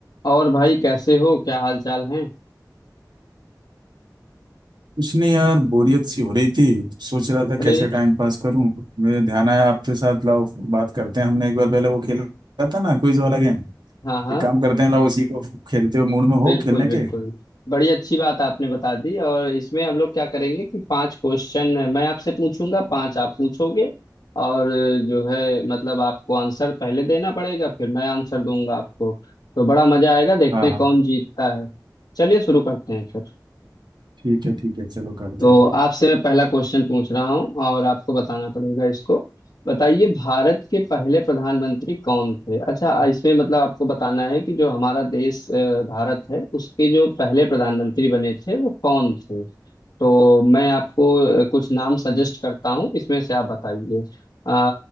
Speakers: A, on the left; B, on the right.
A: और भाई कैसे हो क्या हाल चाल है
B: कुछ नहीं यार बोरियत सी हो रही थी सोच रहा था
A: अरे
B: कैसे टाइम पास करूं मेरे ध्यान आया आपके साथ लाओ बात करते हैं हमने एक बार पहले वो खेला था ना क्विज वाला गेम
A: हाँ हाँ
B: एक काम करते हैं लाओ उसी को खेलते हो मूड में हो
A: बिल्कुल
B: खेलने
A: बिल्कुल
B: के
A: बड़ी अच्छी बात आपने बता दी और इसमें हम लोग क्या करेंगे कि पांच क्वेश्चन है मैं आपसे पूछूंगा पांच आप पूछोगे और जो है मतलब आपको आंसर पहले देना पड़ेगा फिर मैं आंसर दूंगा आपको तो बड़ा मजा आएगा देखते
B: हाँ
A: हैं
B: हाँ
A: कौन जीतता है चलिए शुरू करते हैं फिर
B: ठीक है ठीक है चलो करते
A: तो
B: हैं
A: आपसे मैं पहला क्वेश्चन पूछ रहा हूँ और आपको बताना पड़ेगा इसको बताइए भारत के पहले प्रधानमंत्री कौन थे अच्छा इसमें मतलब आपको बताना है कि जो हमारा देश अ, भारत है उसके जो पहले प्रधानमंत्री बने थे वो कौन थे तो मैं आपको अ, कुछ नाम सजेस्ट करता हूँ इसमें से आप बताइए अ,